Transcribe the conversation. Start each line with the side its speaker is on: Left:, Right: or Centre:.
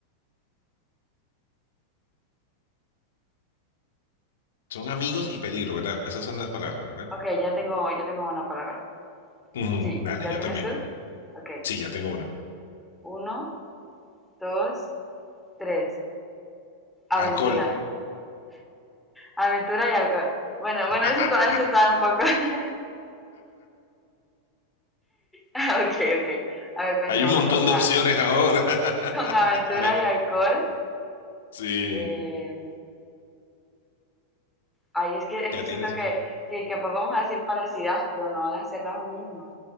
Left: Son amigos y peligro, ¿verdad? Esas son las palabras, ¿verdad?
Centre: Ok, ya tengo, ya tengo una palabra.
Left: Ujú,
Centre: Sí,
Left: Dale,
Centre: ¿ya
Left: yo
Centre: tienes
Left: también.
Centre: tú? Ok,
Left: Sí, ya tengo una.
Centre: uno, dos, tres. Aventura.
Left: Alcohol.
Centre: Aventura y alcohol. Bueno, bueno,
Left: <laughs>
Centre: eso, está- eso está un poco... <laughs> Ah, Ok, ok. A ver, pensemos
Left: Hay un montón
Centre: con,
Left: de
Centre: a-
Left: opciones ahora. <laughs>
Centre: con aventura
Left: A ver,
Centre: y alcohol.
Left: sí,
Centre: Eh, ay, es que, es
Left: ya
Centre: que siento
Left: tienes.
Centre: que, que capaz vamos a decir parecidas, pero no van a ser las mismas.